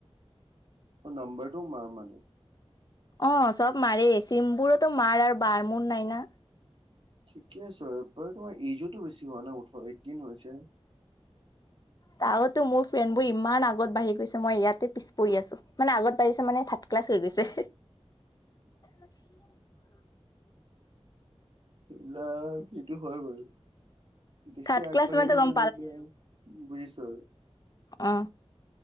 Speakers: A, on the right; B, on the left.
A: অ নম্বৰটোও মাৰ মানে।
B: অ চব মাৰেই, চিমবোৰতো মাৰ আৰু বাৰ মোৰ নাই না।
A: ঠিকে আছে বাৰু আৰু তোমাৰ এইজোতো বেছি হোৱা নাই ওঠৰ এইটিন হৈছে হে।
B: তাহতে মোৰ ফ্ৰেণ্ডবোৰ ইমান আগত বাঢ়ি গৈছে মই ইয়াতে পিছ পৰি আছো মানে আগত বাঢ়িছে মানে থাক ক্লাছ হৈ গৈছে। <inaudible>
A: সেইবিলাক কিটো হয় বাৰু। বেছি
B: থাৰ্ড
A: আগবাঢ়িলেও
B: ক্লাছ মানেতো গম
A: বেয়া বেয়া বুজিছা?
B: আ